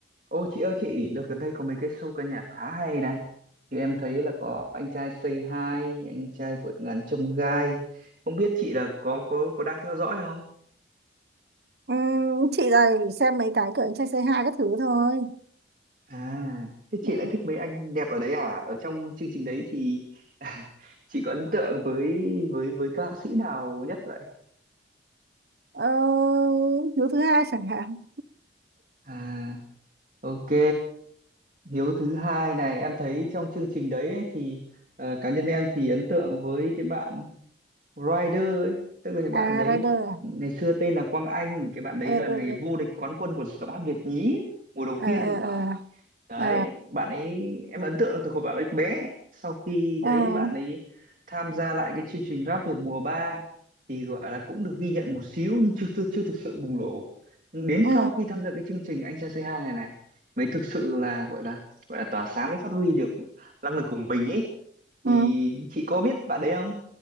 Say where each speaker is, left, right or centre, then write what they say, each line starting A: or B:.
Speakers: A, on the right (about 45°); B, on the right (about 60°).
A: Ô chị ơi chị, đợt gần đây có mấy cái show ca nhạc khá hay này. Thì em thấy là có anh trai Say Hi, anh trai vượt ngàn chông gai. Không biết chị là có có có đang theo dõi không?
B: Ừ, chị này xem mấy cái kiểu trai c hai các thứ thôi
A: À, thế
B: ừ.
A: chị lại thích mấy anh đẹp ở đấy à? Ở trong chương trình đấy thì <laughs> chị có ấn tượng với với với ca sĩ nào nhất vậy?
B: ờ, Hiếu thứ hai chẳng hạn
A: À, ok. Hiếu thứ hai này em thấy trong chương trình đấy ấy, thì ờ, cá nhân em thì ấn tượng với cái bạn Rider ấy tức là cái bạn
B: à
A: đấy
B: Rider à
A: ngày xưa tên là Quang Anh cái bạn đấy
B: ờ ờ
A: là ngày vô địch quán quân của giọng hát Việt nhí mùa đầu
B: ờ
A: tiên
B: ờ
A: thì phải đấy
B: ờ ờ
A: bạn ấy em ấn tượng từ hồi bạn ấy bé sau khi
B: ờ,
A: đấy
B: ờ,
A: bạn ấy tham gia lại cái chương trình Rap Việt mùa 3 thì gọi là cũng được ghi nhận một xíu nhưng chưa chưa, chưa thực sự bùng nổ Nhưng đến
B: ừ,
A: sau khi tham gia cái chương trình Anh Trai Say Hi này này mới thực sự là gọi là gọi là tỏa sáng mới phát huy được năng lực của mình ấy
B: ừ.
A: thì chị có biết bạn đấy không?